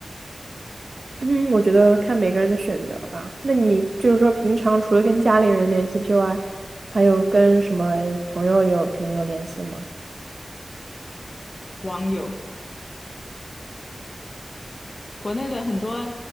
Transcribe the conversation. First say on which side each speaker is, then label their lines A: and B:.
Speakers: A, on the right (about 65°); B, on the left (about 55°).
A: 嗯，我觉得看每个人的选择吧。那你就是说，平常除了跟家里人联系之外，还有跟什么朋友有平时有联系吗？
B: 网友，国内的很多